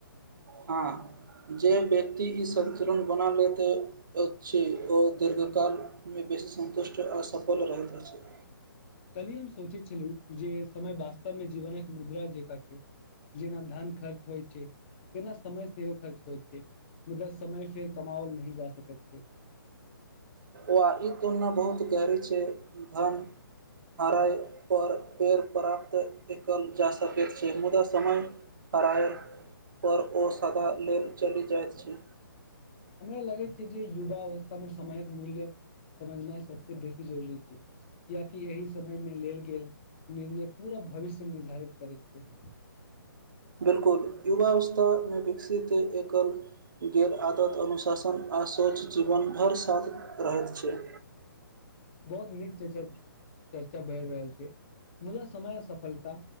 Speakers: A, on the right (about 60°); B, on the left (about 30°).
A: हँ जे व्यक्ति ई संतुलन बना लैत अछि ओ दीर्घ कालमे बेसी सन्तुष्ट आ सफल रहैत अछि
B: कल्हि हम सोचैत छलहुँ जे समय वास्तवमे जीवन एक मुद्रा जेका छै जेना धन खर्च होइ छै तेना समय सेहो खर्च होइछै होइ छै मुदा समय फेर कमाओल नहि जा सकै छै
A: वा ई तुलना बहुत गहरी छै धन हराय पर पेड़ प्राप्त कयल जा सकैत छै मुदा समय हराय पर ओ सदा लेल चलि जाइत छै
B: हमरा लगै छै जे युवा अवस्थामे समयक मूल्य समझनाइ सभसँ बेसी जरूरी छै कियाकि एहि समयमे लेल गेल निर्णय पूरा भविष्य निर्धारित करैत छै
A: बिल्कुल युवावस्थामे विकसित एकल गेल आदत अनुशासन आ आ स्वस्थ जीवन भर साथ रहैत छै
B: <inaudible> बहुत नीक चर्चा चर्चा बढ़ि रहल छै मुदा समय आ सफलता